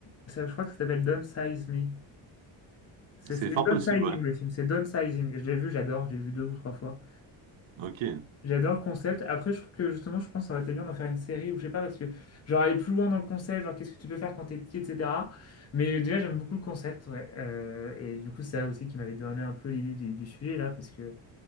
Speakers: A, on the left; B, on the right.
A: ça, je crois que ça s'appelle downsize Me. C'est
B: C'est
A: c'est Downsizing
B: fort possible, ouais.
A: le film, c'est Downsizing. Je l'ai vu, j'adore, je l'ai vu deux ou trois fois.
B: Ok.
A: J'adore le concept. Après, je trouve que justement, je pense que ça aurait été bien d'en faire une série ou je sais pas, parce que genre aller plus loin dans le concept, genre qu'est-ce que tu peux faire quand t'es petit, etc. Mais déjà, j'aime beaucoup le concept, ouais. Euh, et du coup, c'est ça aussi qui m'avait donné un peu l'idée du, du sujet là, parce que